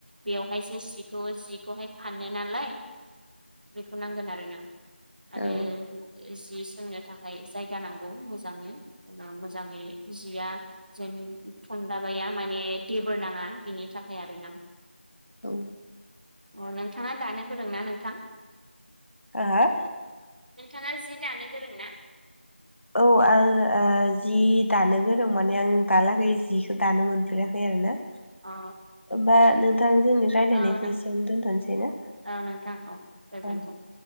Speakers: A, on the right; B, on the left.
A: बेवहायसो सिखौ जिखौहाय फानो नालाय, बेखौ नांगोन आरो ना। आरो
B: औ
A: जि सोंनो थाखाय जायगा नांगौ मोजाङै उनाव मोजाङै जिया जेन थनदाबाया माने देबोर नाङा बेनि थाखाय आरो ना
B: औ
A: अ नोंथाङा दानो गोरोंना नोंथां?
B: आ हो
A: नोंथाङा जि दानो गोरों ना?
B: औ आं ओ जि दानो गोरों माने आं दालागै जिखौ दानो मोनफेराखै आरो ना।
A: अ
B: होबा नोंथां जोंनि रायज्लायनायखौ
A: औ नों
B: एसेयावनो दोनथ'नोसै ना?
A: औ नोंथां औ गोजोनथों।
B: औ